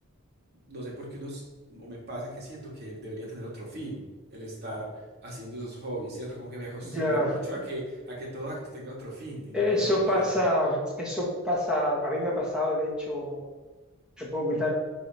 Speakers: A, on the right; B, in the centre.
A: no sé por qué uno, s- o me pasa que siento que debería tener otro fin el estar haciendo esos hobbies, ¿cierto? Como que me acostumbré
B: Ya,
A: mucho a que, a que todo acto tenga otro fin y
B: eso
A: no tiene por qué
B: pasa,
A: ser así.
B: eso pasa, a mí me ha pasado de hecho hace poco y tal,